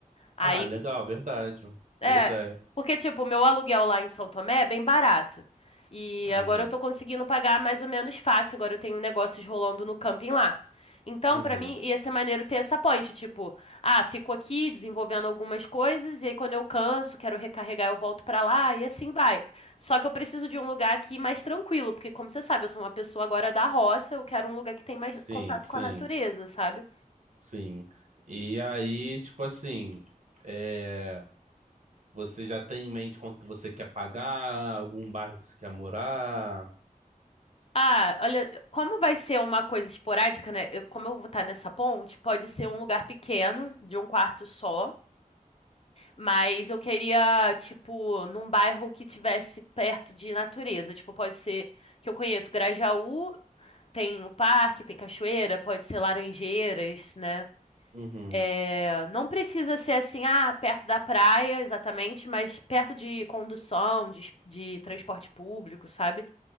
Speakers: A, on the left; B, on the right.
A: Aí
B: Ah, legal, verdade.
A: É,
B: Boa ideia.
A: porque, tipo, o meu aluguel lá em São Tomé é bem barato. E
B: Uhum.
A: agora eu tô conseguindo pagar mais ou menos fácil. Agora eu tenho negócios rolando no camping lá. Então,
B: Uhum.
A: pra mim, ia ser maneiro ter essa ponte. Tipo, ah, fico aqui desenvolvendo algumas coisas. E aí, quando eu canso, quero recarregar, eu volto pra lá. E assim vai. Só que eu preciso de um lugar aqui mais tranquilo. Porque, como você sabe, eu sou uma pessoa agora da roça. Eu quero um lugar que tem mais
B: Sim,
A: contato
B: sim,
A: com a natureza, sabe?
B: sim. E aí, tipo assim, é... você já tem em mente quanto você quer pagar, algum bairro que você quer morar?
A: Ah, olha, como vai ser uma coisa esporádica, né? eu- como eu vou estar nessa ponte, pode ser um lugar pequeno, de um quarto só, mas eu queria, tipo, num bairro que tivesse perto de natureza. Tipo, pode ser que eu conheço Grajaú, tem o parque, tem cachoeira, pode ser Laranjeiras, né?
B: Uhum.
A: É, não precisa ser assim, ah, perto da praia, exatamente, mas perto de condução, de, es- de transporte público, sabe?